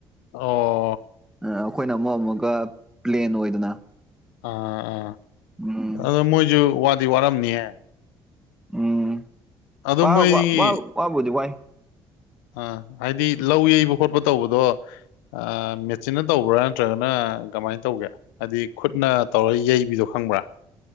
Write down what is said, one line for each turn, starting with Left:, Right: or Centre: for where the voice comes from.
Left: ꯑꯣ
Centre: ꯑ ꯑꯩꯈꯣꯏꯅ ꯑꯃꯨꯛ ꯑꯃꯨꯛꯀ ꯄ꯭ꯂꯦꯟ ꯑꯣꯏꯗꯅ
Left: ꯑ ꯑ
Centre: ꯎꯝ
Left: ꯑꯗꯨꯗꯣ ꯃꯣꯏꯖꯨ ꯋꯥꯗꯤ ꯋꯥꯔꯝꯅꯤꯍꯦ
Centre: ꯎꯝ
Left: ꯑꯗꯣ
Centre: ꯋꯥ
Left: ꯃꯣꯏꯒꯤ
Centre: ꯋꯥ ꯋꯥꯕꯨꯗꯤ ꯋꯥꯏ
Left: ꯑꯥ ꯍꯥꯏꯗꯤ ꯂꯧ ꯌꯩꯕ ꯈꯣꯠꯄ ꯇꯧꯕꯗꯣ ꯑ ꯃꯦꯆꯤꯟꯅ ꯇꯧꯕ꯭ꯔꯥ ꯅꯠꯇ꯭ꯔꯒꯅ ꯀꯃꯥꯏꯅ ꯇꯧꯒꯦ ꯑꯗꯨꯏ ꯈꯨꯠꯅ ꯇꯧꯔ ꯌꯩꯕꯤꯗꯣ ꯈꯪꯕ꯭ꯔꯥ